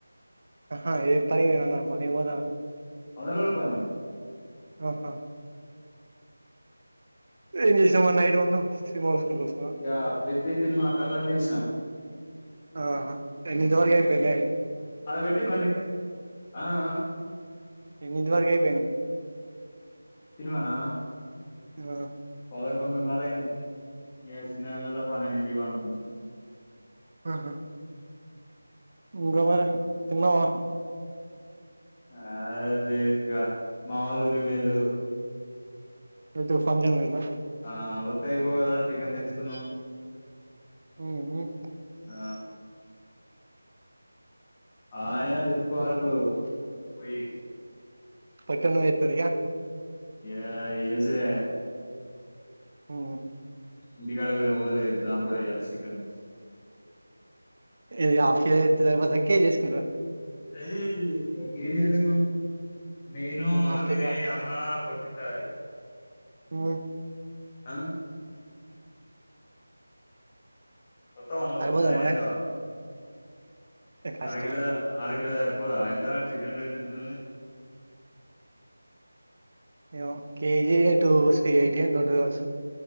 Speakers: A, on the right; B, on the left.
A: ఆహా ఏం పనికి పోయినవన్నా పనికిపోతన్నా
B: వంద రోజుల పని.
A: ఆహా ఏం చేసినవు మరి నైట్ మొత్తం సినిమా చూసుకుంట కూస్
B: ఇగ పెద్ది సినిమా కథం చేశినా.
A: ఆహా ఎన్నిటి వరకు అయిపోయింది నైట్.
B: ఆడ పెట్టి బండి ఆ ఆ.
A: ఎన్నింటి వరకు అయిపోయింది.
B: సినిమానా?
A: ఆ
B: పదకొండున్నర అయ్యింది. ఇగ చిన్నగ మెల్లగా పన్నెండింటికి పండునుకున్నా.
A: ఆహా ఇంకా <unintelligible> తిన్నవా?
B: ఆ లేదు ఇంగా మా వోళ్ళు ఊరికి పోయిళ్ళు.
A: ఎటు ఫంక్షన్కి పోయిళ్ళా.
B: ఆ వత్తే అయిపోవు కదా చికెన్ తెచ్చుకున్నం.
A: ఉమ్
B: ఆ ఆ అయినా తెచ్చుకోవాలి ఇప్పుడు పోయ్యి.
A: పట్టనే ఏత్తదిగా
B: ఏ ఏసుడే.
A: హ్
B: ఇంటికాడ గుడ ఎవ్వడ్ లేడు, దంపుడే ఉయ్యాల సికన్.
A: ఇది ఆఫ్ కేజి ఎత్తే జరిపోతద? కేజి ఏసుకుంట్ర?
B: ఎదీ కేజి ఎందుకు? నేనూ,
A: హాఫ్
B: వినయ్,
A: కేజీ చాలు
B: అ ఆ పొట్టి సాయి
A: ఊహ్
B: ఆ ఒత్తవా నువ్వు
A: సరిపోతదా
B: జాయిన్
A: మరి
B: ఐతవా?
A: కష్టమే
B: అరకిలా అరకిలో జరిపోదా? ఎంతా? చికెన్ రేట్ ఎంతుంది?
A: ఏమో! కేజీ టూ సి ఐ టి ఏందో ఉంటది గావచ్చు.